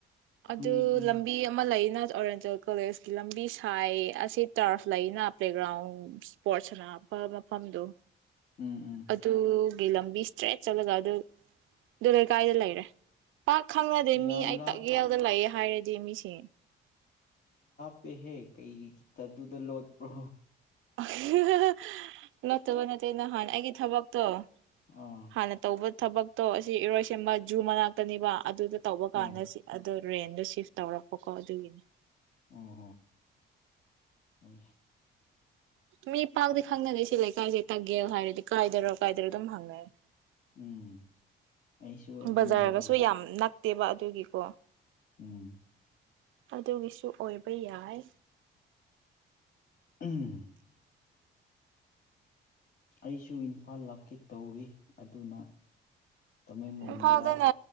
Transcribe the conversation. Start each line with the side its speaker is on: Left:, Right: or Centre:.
Left: ꯈꯪꯉꯦ
Right: ꯑꯗꯨ
Left: ꯈꯪꯉꯦ
Right: ꯂꯝꯕꯤ ꯑꯃ ꯂꯩ ꯅꯥꯖꯨ ꯑꯣꯔꯤꯌꯦꯟꯇꯦꯜ ꯀꯣꯂꯦꯖꯀꯤ ꯂꯝꯕꯤ ꯁꯥꯏ ꯑꯁꯤ ꯇꯔꯐ ꯂꯩꯅ ꯄ꯭ꯂꯦꯒ꯭ꯔꯥꯎꯟ ꯏꯁꯄꯣꯔꯠꯁ ꯁꯥꯅꯕ ꯃꯐꯝꯗꯨ
Left: ꯎꯝ ꯎꯝ
Right: ꯑꯗꯨ ꯒꯤ ꯂꯝꯕꯤ ꯏꯁꯇ꯭ꯔꯦꯠ ꯆꯠꯂꯒ ꯑꯗꯨ ꯑꯗꯨ ꯂꯩꯀꯥꯏꯗ ꯂꯩꯔꯦ ꯄꯥꯛ ꯈꯪꯅꯗꯦ
Left: ꯌꯥꯝ
Right: ꯃꯤ ꯑꯩ
Left: ꯂꯥꯞ
Right: ꯇꯛꯌꯦꯜ ꯂꯩꯑꯦ ꯍꯥꯏꯔꯗꯤ ꯃꯤꯁꯦ
Left: ꯑꯦꯍꯦ ꯀꯩꯒꯤ ꯈꯤꯇꯗꯨꯗ ꯂꯣꯠꯄ꯭ꯔꯣ
Right: ꯑꯍꯥ ꯍꯥ ꯍꯥ ꯅꯠꯇꯕ ꯅꯠꯇꯦ ꯅꯍꯥꯟ ꯑꯩꯒꯤ ꯊꯕꯛ ꯇꯣ
Left: ꯑꯥ
Right: ꯍꯅ ꯇꯧꯕ ꯊꯕꯛꯇꯣ ꯑꯁꯤ ꯏꯔꯣꯏ ꯁꯦꯝꯕ ꯖꯨ ꯃꯅꯥꯛꯇꯅꯤꯕ ꯑꯗꯨꯗ ꯇꯧꯕ ꯀꯥꯟꯅꯁꯤ
Left: ꯑꯥ
Right: ꯑꯗꯨ ꯔꯦꯟꯗꯣ ꯁꯤꯐ ꯇꯧꯔꯛꯄꯀꯣ ꯑꯗꯨꯒꯤꯅꯦ
Left: ꯑꯣ ꯍꯣ
Right: ꯃꯤ ꯐꯥꯎꯗꯤ ꯈꯪꯅꯔꯦ ꯁꯤ ꯂꯩꯥꯀꯥꯏꯖꯦ ꯇꯛꯌꯦꯜ ꯍꯥꯏꯔꯗꯤ ꯀꯥꯏꯗꯔꯣ ꯀꯥꯏꯗꯔꯣ ꯑꯗꯨꯝ ꯍꯪꯉꯦ ꯂꯩ
Left: ꯎꯝ ꯑꯩꯁꯨ ꯑꯗꯨꯅꯅꯤꯅꯦ
Right: ꯕꯖꯥꯔꯒꯁꯨ ꯌꯥꯝ ꯅꯛ ꯇꯦꯕ ꯑꯗꯨꯒꯤꯀꯣ
Left: ꯎꯝ
Right: ꯑꯗꯨꯒꯤꯁꯨ ꯑꯣꯏꯕ ꯌꯥꯏ
Left: ꯎꯝ ꯑꯩꯁꯨ ꯏꯝꯐꯥꯜ ꯂꯥꯛꯀꯦ ꯇꯧꯔꯤ ꯑꯗꯨꯅ ꯇꯃꯦꯡꯂꯣꯡꯗ
Right: ꯏꯝꯐꯥꯜꯗꯅ